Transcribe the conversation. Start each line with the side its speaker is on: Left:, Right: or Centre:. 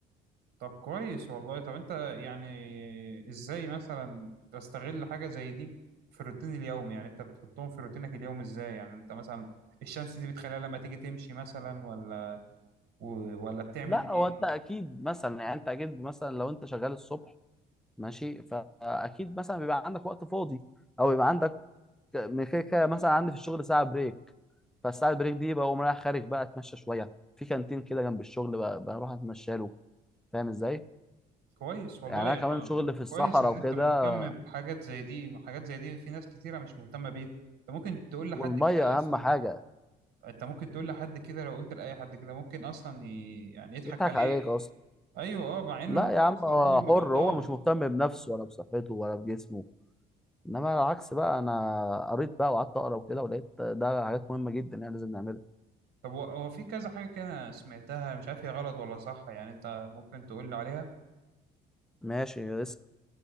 Right: طب كويس والله طب انت يعني ازاي مثلا تستغل حاجه زي دي في الروتين اليومي يعني انت بتحطهم في روتينك اليومي ازاي يعني انت مثلا الشمس دي بتخليها لما تيجي تمشي مثلا ولا و- ولا بتعمل
Centre: لا
Right: ايه
Centre: هو انت اكيد مثلا يعني انت اكيد مثلا لو انت شغال الصبح ماشي فاكيد مثلا بيبقى عندك وقت فاضي او بيبقى عندك من كده كده مثلا عندي في الشغل ساعه بريك فالساعه البريك دي بقوم رايح خارج بقى اتمشى شويه في كانتين كده جنب الشغل ب- بروح اتمشى له فاهم ازاي؟
Right: كويس والله
Centre: يعني انا
Right: يا
Centre: كمان
Right: ما.
Centre: شغل في الصحراء
Right: كويس ان
Centre: وكده
Right: انت مهتم بحاجات زي دي حاجات زي دي في ناس كتيره مش مهتمه بيها انت ممكن تقول لحد
Centre: والميه
Right: كده اصلا
Centre: اهم حاجه
Right: انت ممكن تقول لحد كده لو قلت لاي حد كده ممكن اصلا ي... يعني يضحك
Centre: يضحك
Right: عليه
Centre: عليك اصلا
Right: ايوه اه مع انه
Centre: لا
Right: هو
Centre: يا عم
Right: اصلا
Centre: هو
Right: هو اللي
Centre: حر
Right: غلطان
Centre: هو مش مهتم بنفسه ولا بصحته ولا بجسمه انما العكس بقى انا قريت بقى وقعدت اقرا وكده ولقيت ده حاجات مهمه جدا يعني لازم نعملها
Right: طب هو هو في كذا حاجه كده أنا سمعتها مش عارف هي غلط ولا صح يعني انت ممكن تقول لي عليها
Centre: ماشي اسال